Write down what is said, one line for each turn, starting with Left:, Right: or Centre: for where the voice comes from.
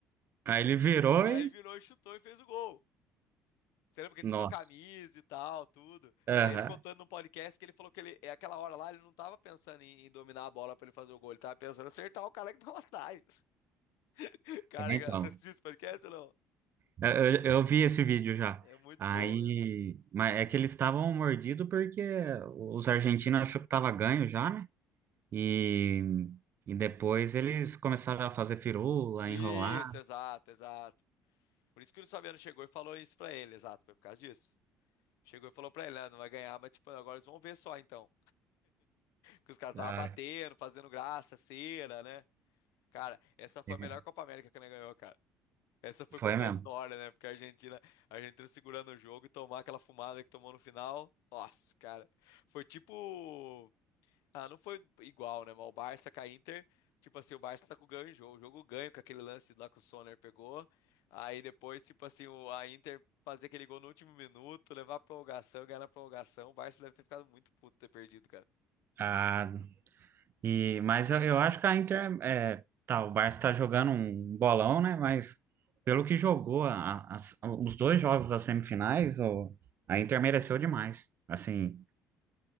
Right: aí ele virou
Left: Aí
Right: e.
Left: ele virou e chutou e fez o gol. Você lembra que ele
Right: Nossa.
Left: tirou a camisa e tal, tudo.
Right: Aham.
Left: Aí ele contando no podcast que ele falou que ele, é aquela hora lá, ele não tava pensando em, em dominar a bola pra ele fazer o gol, ele tava pensando em acertar o cara que tava atrás. <laughs> Cara,
Right: É, Então.
Left: você assistiu esse podcast ou não?
Right: Eu, eu eu vi esse vídeo já.
Left: É muito
Right: Aí,
Left: bom, cara.
Right: mas é que eles estavam mordidos porque os argentinos achou que tava ganho já, né? E, e depois eles começaram a fazer firula,
Left: Isso,
Right: enrolar.
Left: exato, exato. Por isso que o Luciano chegou e falou isso pra ele, exato, foi por causa disso. Chegou e falou pra ele, né, não vai ganhar, mas tipo, agora eles vão ver só então. Que os caras tava
Right: Ah,
Left: batendo, fazendo graça, cera, né? Cara, essa foi
Right: é.
Left: a melhor Copa América que ele ganhou, cara. Essa foi
Right: foi
Left: Copa
Right: mesmo.
Left: História, né? Porque a Argentina, a Argentina segurando o jogo e tomar aquela fumada que tomou no final. Nossa, cara. Foi tipo Ah, não foi igual, né? Mas o Barça com a Inter, tipo assim, o Barça tá com ganho em jogo. O jogo ganho com aquele lance lá que o Sonner pegou. Aí depois, tipo assim, o- a Inter fazer aquele gol no último minuto, levar a prorrogação, ganhar na prorrogação. O Barça deve ter ficado muito puto ter perdido, cara.
Right: Ah, e, mas eu, eu acho que a Inter, é, tá, o Barça tá jogando um bolão, né? Mas pelo que jogou a- as- os dois jogos das semifinais, o- a Inter mereceu demais. Assim,